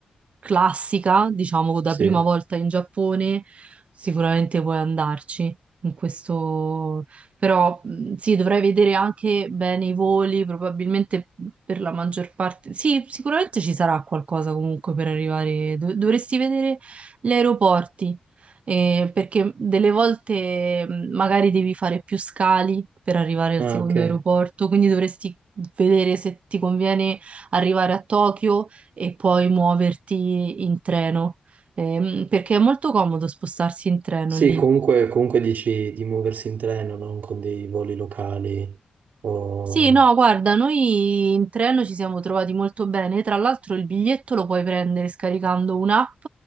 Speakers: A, on the right; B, on the right.
A: classica, diciamo, da
B: Sì,
A: prima volta in Giappone, sicuramente puoi andarci. In questo... Però mh, sì, dovrei vedere anche bene i voli, probabilmente per la maggior parte. Sì, sicuramente ci sarà qualcosa comunque per arrivare. dov- Dovresti vedere gli aeroporti, eh, perché delle volte mh, magari devi fare più scali per arrivare al
B: ah,
A: secondo
B: ok.
A: aeroporto, quindi dovresti vedere se ti conviene arrivare a Tokyo e poi muoverti in treno, ehm, perché è molto comodo spostarsi in treno
B: Sì,
A: lì.
B: comunque, comunque dici di muoversi in treno, non con dei voli locali o...
A: Sì, no, guarda, noi in treno ci siamo trovati molto bene. Tra l'altro il biglietto lo puoi prendere scaricando un'app